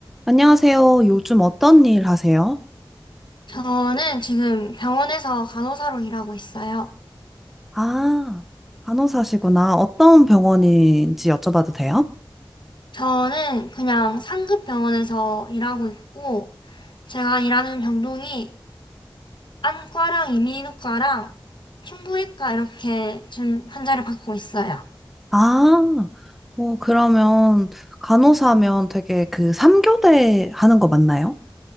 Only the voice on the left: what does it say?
저는 지금 병원에서 간호사로 일하고 있어요.
저는 그냥 상급 병원에서 일하고 있고, 제가 일하는 병동이 안과랑 이민후과랑 흉부외과 이렇게 지금 환자를 받고 있어요.